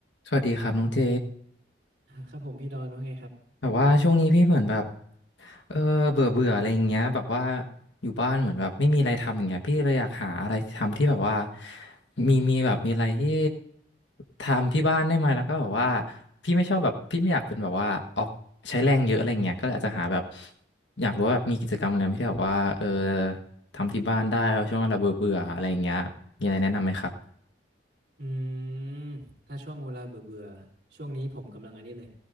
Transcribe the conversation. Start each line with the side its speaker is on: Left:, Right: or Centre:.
Left: สวัสดีครับน้องเจ
Right: อ่าครับผมพี่ดอนว่าไงครับ
Left: แบบว่าช่วงนี้พี่เหมือนแบบเออเบื่อเบื่ออะไรอย่างเงี้ยแบบว่าอยู่บ้านเหมือนแบบไม่มีอะไรทำอย่างเงี้ยพี่เลยอยากหาอะไรทำที่แบบว่ามีมีแบบมีอะไรที่ทำที่บ้านได้ไหมแล้วก็แบบว่าพี่ไม่ชอบแบบพี่ไม่อยากเป็นแบบว่าออกใช้แรงเยอะอะไรเงี้ยก็เลยอาจจะหาแบบอยากรู้ว่าแบบมีกิจกรรมอะไรไหมที่แบบว่าเออทำที่บ้านได้ช่วงเราเบื่อเบื่ออะไรอย่างเงี้ยมีอะไรแนะนำไหมครับ
Right: อืมถ้าช่วงเวลาเบื่อเบื่อช่วงนี้ผมกำลังอันนี้เลย